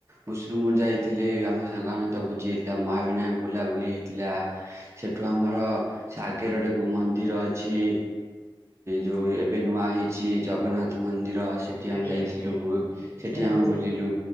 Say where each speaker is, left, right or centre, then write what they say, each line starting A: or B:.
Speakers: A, on the right; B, on the left.
A: ଭୁସୁଣ୍ଡପୁରର ଯାଇଥିଲି ଆମ ସାଙ୍ଗ ଆମେ ଭୋଜି ହେଇଥିଲା ମହାବିନାୟକ ବୁଲାବୁଲି ହେଇଥିଲା ସେଠୁ ଆମର ସେ ଆଗରେ ଗୋଟେ ମନ୍ଦିର ଅଛି ଯୋଉ ଏବେ ନୂଆ ହେଇଛି ଜଗ ଜଗନ୍ନାଥ ମନ୍ଦିର ସେଠି ଆମେ
B: ଆଜ୍ଞା
A: ଯାଇଥିଲୁ
B: ଆଜ୍ଞା
A: ସେଠି
B: ସେୟା
A: ଆମେ
B: ବହୁ
A: ବୁଲିଲୁ।